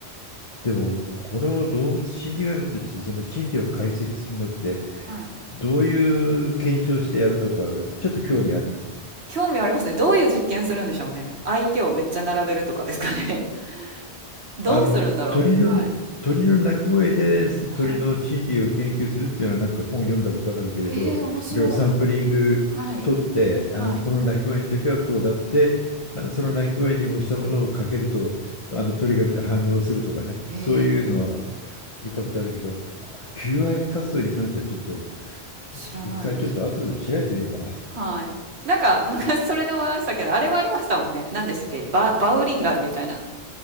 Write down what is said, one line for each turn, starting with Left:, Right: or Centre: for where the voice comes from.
Left: でも、この動物心理学としてその心理を解析するのって、
Right: はい。
Left: どういう検証してやるのか、ちょっと興味あるね。
Right: 興味ありますね。どういう実験するんでしょうね。相手をめっちゃ並べるとかですかね。<laughs> どうするんだろう。
Left: あの、鳥の、
Right: はい。
Left: 鳥の鳴き声で鳥の心理を研究するっていうのはなんか本読んだことあるけれど、
Right: はい。ええー、面白い。
Left: いろいろサンプリング取って、
Right: はい。はい。
Left: あの、この鳴き声の時はこうだって、あのその鳴き声に模したものをかけると、あの鳥が反応するとかね、
Right: へえ、
Left: そういうのは見たことあるけど、あ求愛活動に関してはちょっと
Right: 知らないですね。
Left: 一回ちょっと後で調べてみようかな。<laughs>
Right: はい。なんか <laughs> 昔それで思いましたけど、あれはありましたもんね。何でしたっけバ、バウリンガルみたいな。